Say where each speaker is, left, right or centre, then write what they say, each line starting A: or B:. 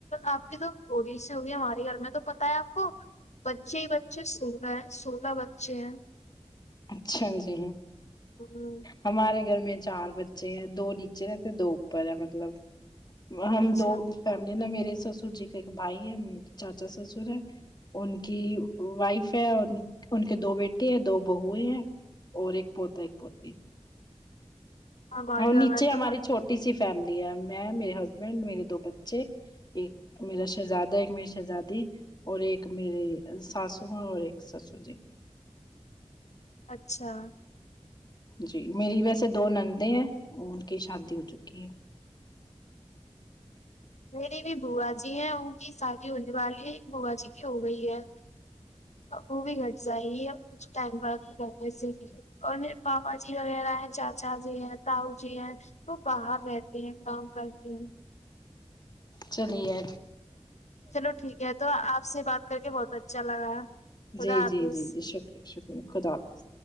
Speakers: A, on the left; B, on the left.
A: آپ کی تو تھوڑی سی ہوگی ہمارے گھر میں تو پتہ ہے آپ کو پچے بچے سولہ ہے سولہ بچے ہیں
B: اچھا جی
A: ہوں
B: ہمارے گھر میں چار بجے جی دو نیچے رہتے دو اوپر ہے مطلب ہم
A: اچھا
B: دو فیملی نے میرے سسر جی کا ایک بھائی ہے چاچا سسر ہے ان کی وائف ہے ان کے دو بیٹے ہیں دو بہو ہے اور ایک پوتا ایک پوتی
A: ہمارے
B: ہاں
A: گھر
B: نیچے
A: میں تو
B: ہماری چھوٹی سی فیملی ہے میں میرے ہسبینڈ میرے دو بچے ایک میرا شہزادہ ایک میری شہزادی ہے اور ایک میرے ساسو ماں ہیں اور ایک سسر جی
A: اچھا
B: جی میری ویسے دو نندے ہیں ان کی شادی ہو چکی ہے
A: میری بھی بوا جی ہاں ان کی شادی ہونے والی ہے ایک بوا جی کی ہو گئی ہے وہ بھی گٹ جای ہے کچھ ٹائم پاس بھی کرنے سے ہی اور میرے پاپا جی وغیرہ ہے چاچا جی ہیں تاؤ جی ہیں وہ باہر رہتے ہیں کام کرتے ہیں
B: چلیئے
A: چلو ٹھیک ہے تو آپ سے بات کر کے بہت اچھا لگا خدا
B: جی
A: حافظ
B: جی جی جی شکریہ شکریہ خدا حافظ